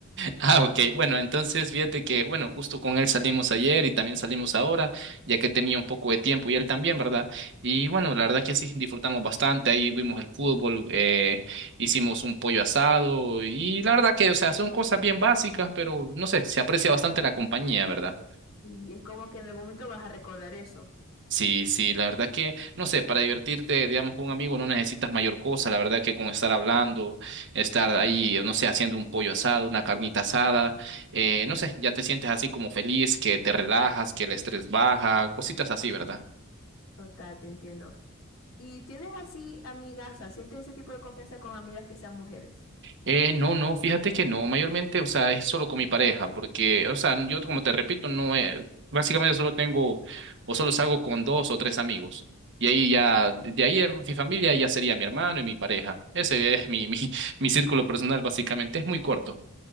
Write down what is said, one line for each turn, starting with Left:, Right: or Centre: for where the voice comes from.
Right: Ah, ok. Bueno, entonces fíjate que, bueno, justo con él salimos ayer y también salimos ahora, ya que tenía un poco de tiempo y él también, ¿verdad? Y bueno, la verdad que sí, disfrutamos bastante. Ahí vimos el fútbol, eh, hicimos un pollo asado y la verdad que, o sea, son cosas bien básicas, pero no sé, se aprecia bastante la compañía, ¿verdad?
Left: Y es como que en el momento vas a recordar eso.
Right: Sí, sí, la verdad que, no sé, para divertirte, digamos, con un amigo no necesitas mayor cosa, la verdad que con estar hablando, estar ahí, no sé, haciendo un pollo asado, una carnita asada, eh, no sé, ya te sientes así como feliz, que te relajas, que el estrés baja, cositas así, ¿verdad?
Left: Total, te entiendo. ¿Y tienes así amigas, o sea, sientes ese tipo de confianza con amigas que sean mujeres?
Right: Eh, no, no, fíjate que no, mayormente, o sea, es solo con mi pareja, porque, o sea, yo como te repito, no es, básicamente solo tengo, o solo salgo con dos o tres amigos. Y ahí ya, de de ahí en mi familia ya sería mi hermano y mi pareja. Ese es mi, mi, <laughs> mi círculo personal, básicamente, es muy corto.